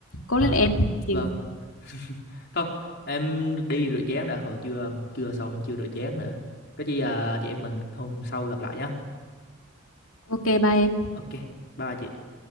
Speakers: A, on the left; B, on the left.
A: cố
B: à,
A: lên em Chị-
B: vâng <laughs> thôi em đi rửa chén đã hồi chưa chưa xong chưa rửa chén nữa có gì à, chị em mình hôm sau gặp lại nhé
A: ok bye em
B: ok bye bye chị